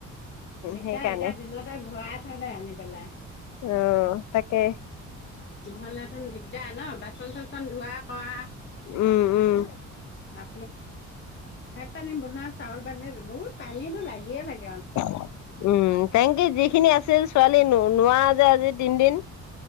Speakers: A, on the left; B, on the left.
A: দিগদাৰ
B: সেইকাৰণে
A: এতিয়া দিনতে ভৰাই থৈ দে আনি পেলাই।
B: অ তাকে।
A: নহলে তোৰ দিগদাৰ ন বাথ চনচলচন ধোৱা কৰা।
B: উম উম
A: অ ভাত পানী বনোৱা চাউল বানে বহুত পানীতো লাগিয়ে লাগে।
B: অহ উম তেনকে যিখিনি আছিল ছোৱালীনো নোৱাৰে যে আজি তিন দিন।